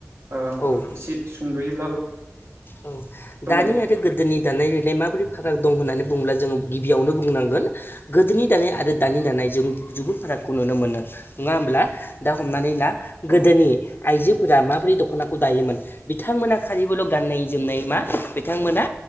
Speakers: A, on the right; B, on the left.
A: एसे
B: औ
A: सुंद'योब्लाबो
B: औ
A: फोरमायदो
B: दानि आरो गोदोनि दानाय लुनाय माबोरै फाराग दं होननानै बुङोब्ला जोङो गिबियावनो बुंनांगोन गोदोनि दानाय आरो दानि दानाय जों जुबोद फारागखौ नुनो मोनो नङा होमब्ला दा हमनानै ला गोदोनि
A: औ
B: आइजोफोरा माबोरै दख'नाखौ दायोमोन बिथांमोना खालिबोल' गाननाय जोमनाय मा बिथांमोना